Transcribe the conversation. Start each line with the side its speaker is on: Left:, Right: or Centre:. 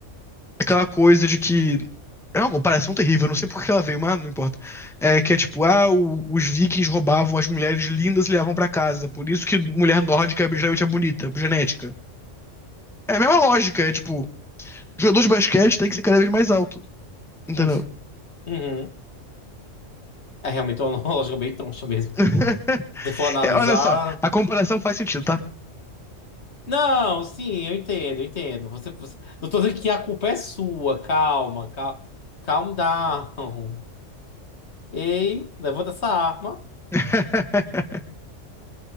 Centre: aquela coisa de que. É uma comparação terrível, eu não sei por que ela veio, mas não importa. É que é tipo, ah, o- os vikings roubavam as mulheres lindas e levavam pra casa. Por isso que mulher nórdica geralmente é bonita, por genética. É a mesma lógica, é tipo, jogador de basquete tem que ser cada vez mais alto, entendeu?
Left: <laughs> Uhum. É realmente uma <laughs> lógica bem troncha mesmo.
Centre: <laughs>
Left: Se for analisar.
Centre: É, olha só, a comparação faz sentido, tá?
Left: Não, sim, eu entendo, eu entendo. Você, você... Não tô dizendo que a culpa é sua. Calma, calma. Calm down. Ei, levanta essa arma.
Centre: <laughs>